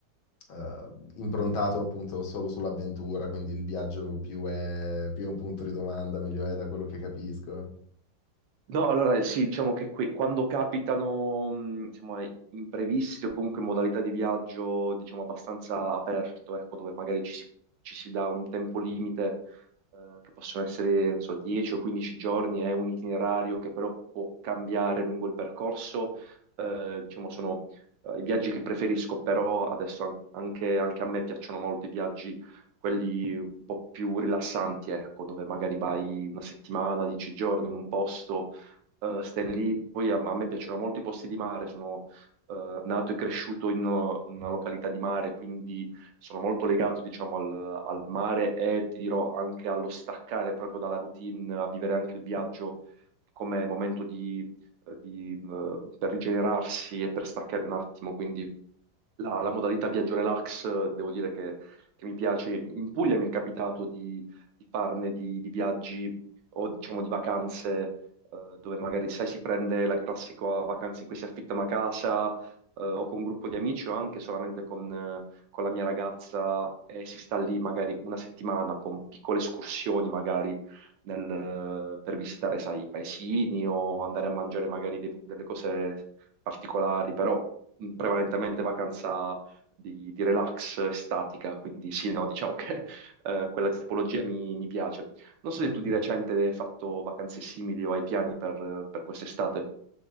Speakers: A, on the left (about 80°); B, on the right (about 75°).
A: eh, improntato appunto solo sull'avventura, quindi il viaggio più è, più è un punto di domanda, meglio è da quello che capisco.
B: No, allora sì, diciamo che qui, quando capitano, mh, insomma, imprevisti o comunque modalità di viaggio, diciamo, abbastanza aperto, ecco, dove magari ci si, ci si dà un tempo limite, eh, che possono essere, non so, 10 o 15 giorni, è un itinerario che però può cambiare lungo il percorso, eh, diciamo, sono eh, i viaggi che preferisco, però adesso an- anche, anche a me piacciono molto i viaggi, quelli un po' più rilassanti, ecco, dove magari vai una settimana, 10 giorni in un posto eh, stai lì, poi a, a me piacciono molto i posti di mare, sono eh, nato e cresciuto in una, una località di mare, quindi sono molto legato, diciamo, al, al mare e ti dirò anche allo staccare proprio dalla routine, a vivere anche il viaggio come momento di, eh, di, mh, per rigenerarsi e per staccare un attimo, quindi la, la modalità viaggio relax, eh, devo dire che, che mi piace. In Puglia mi è capitato di, di farne di, di viaggi o diciamo di vacanze eh, dove magari sai si prende la classica vacanza in cui si affitta una casa eh, o con un gruppo di amici o anche solamente con, eh, con la mia ragazza e si sta lì magari una settimana con piccole escursioni magari nel, eh, per visitare sai, i paesini o andare a mangiare magari dei- delle cose particolari, però mh, prevalentemente vacanza di, di relax estatica, quindi sì, no, diciamo che <laughs> eh, quella tipologia mi, mi piace. Non so se
A: Ok.
B: tu di recente hai fatto vacanze simili o hai piani per, per quest'estate.